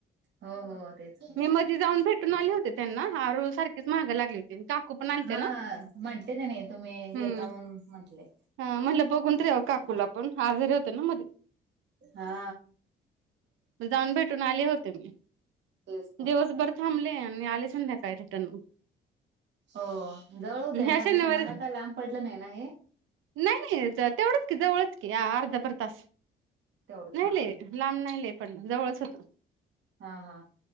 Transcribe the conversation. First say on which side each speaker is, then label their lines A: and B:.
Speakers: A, on the right; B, on the right.
A: हो हो, तेच की.
B: मधी मी जाऊन भेटून आले होते. त्यांना आरू सारखीच महाग लागली होती काकू पण आलते
A: हा
B: ना
A: म्हणटले त्यांनी तुम्ही गेलता
B: हम्म
A: म्हणून. म्हंटले.
B: हा म्हणलं बघून तर याव काकूला पण आजारी होत्या ना मधी.
A: हा.
B: मी जाऊन भेटून आले होते मी.
A: तेच का
B: दिवसभर थांबले आणि आले संध्याकाळी रिटर्न मग.
A: हो जवळ होतंय
B: ह्या
A: ना आता
B: शनिवारी
A: तुम्हाला? काय लांब पडलं नाही ना हे?
B: नाही नाही तेवढंच की, जवळच की अर्धा भर तास
A: तेवढंच
B: नाही
A: हा
B: लई. लांब नाही लय पडल जवळच होतं.
A: हा हा